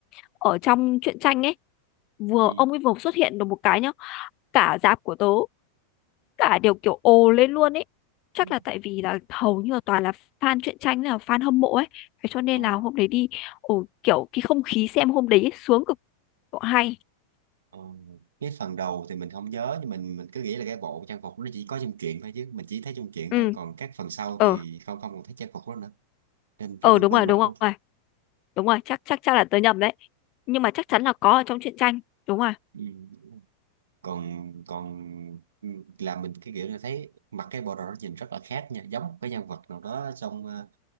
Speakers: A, on the left; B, on the right.
A: ở trong truyện tranh ấy vừa
B: ừ.
A: ông ấy vừa xuất hiện được một cái nhá cả dạp của tớ cả đều kiểu ồ lên luôn ấy chắc
B: <laughs>
A: là tại vì là hầu như là toàn là fan truyện tranh là fan hâm mộ ấy thế cho nên
B: Ờ.
A: là hôm đấy đi ồ kiểu cái không khí xem hôm đấy ấy, sướng cực độ hay
B: Ờ, cái phần đầu thì mình không nhớ nhưng mình mình cứ nghĩ là cái bộ trang phục nó chỉ có trong truyện thôi chứ mình chỉ thấy trong truyện
A: ừ
B: thôi còn các phần sau
A: ờ
B: thì không không còn thấy trang phục đó nữa nên
A: ờ
B: kiểu mình
A: đúng
B: quên
A: rồi
B: mất
A: đúng
B: luôn
A: rồi đúng rồi chắc chắc chắc là tớ nhầm đấy nhưng mà chắc chắn là có ở trong truyện tranh đúng rồi
B: ừ. còn còn ừ, làm mình cái kiểu là thấy mặc cái bộ đồ đó nhìn rất là khác nha giống một cái nhân vật nào đó trong ờ,